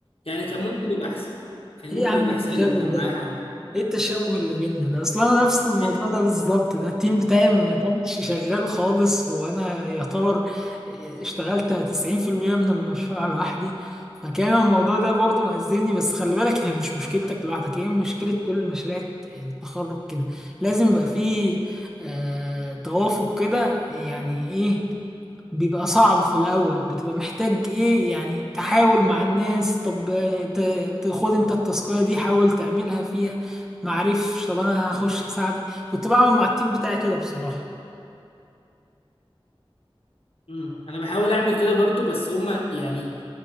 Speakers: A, on the left; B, in the centre.
A: يعني كان ممكن يبقى احسن كان
B: ايه
A: ممكن
B: يا عم
A: يبقى
B: التشابه
A: احسن لو كان
B: ده
A: معايا حد
B: ايه التشابه اللي بيننا ده اصلا انا نفس الموضوع
A: إيه،
B: ده بالظبط ده التيم بتاعي ما كانش شغال خالص وانا يعتبر اشتغلت 90% من المشروع لوحدي فكان الموضوع ده برضه مأذيني بس خلي بالك هي مش مشكلتك لوحدك هي مشكلة كل مشاريع التخرج كده لازم يبقى فيه آه توافق كده يعني ايه بيبقى صعب في الأول بتبقى محتاج إيه يعني تحاول مع الناس طب آه، ت- تاخد أنت التاسكية دي حاول تعملها فيها معرفش طب أنا هخش هساعدك كنت بعمل مع التيم بتاعي كده بصراحة
A: مم. انا بحاول اعمل كده برضو بس هما يعني